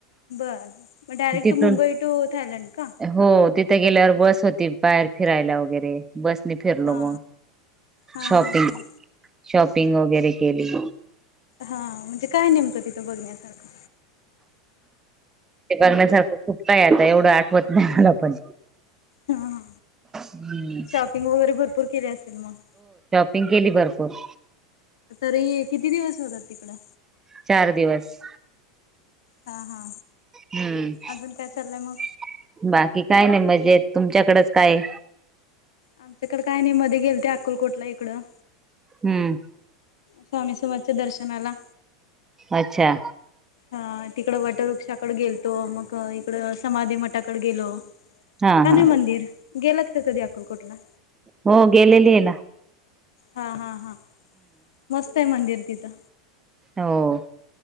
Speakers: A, on the left (about 70°); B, on the right (about 20°).
A: बर मग डायरेक्ट
B: तिथून
A: मुंबई टू थायलंड का?
B: हो तिथे गेल्यावर बस होती बाहेर फिरायला वगैरे बसने फिरलो
A: हा
B: मग
A: हा
B: शॉपिंग
A: हा हा.
B: शॉप पिंग वगैरे केली
A: हा म्हणजे काय नेमतं तिथं बघण्यासारखं
B: ते बघण्यासारखं खूप काय आता एवढं आठवत नाही मला पण
A: ह
B: हम्म.
A: शॉपिंग वगैरे भरपूर केले असेल मग
B: पिंकेली भरपूर
A: तर किती दिवस होतात तिकडं
B: चार दिवस
A: हा हा
B: हम्म
A: अजून काय चाललंय मग?
B: बाकी काय नाही मजा म्हजे तुमच्याकडेच काय
A: आमच्याकड काय नाही मध्ये गेल ते अकुलकोटला इकडं
B: हम्म
A: स्वामी समाजच्या दर्शनाला
B: अच्छा
A: हा तिकड वटवृक्षाकडे गेलतो मग इकड समाधी मठाकडे गेलो छान
B: हा हा
A: मंदिर गेलात का कधी अकुलकोटला
B: हो गेलेली याला
A: हा हा हा मस्त आहे मंदिर तिथं
B: हो